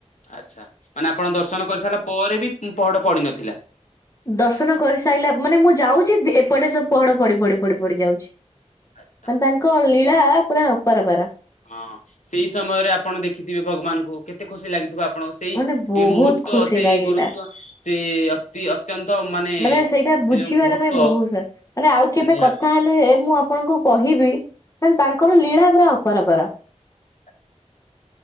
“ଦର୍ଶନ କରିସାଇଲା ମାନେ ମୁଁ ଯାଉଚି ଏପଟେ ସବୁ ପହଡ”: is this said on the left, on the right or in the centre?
Left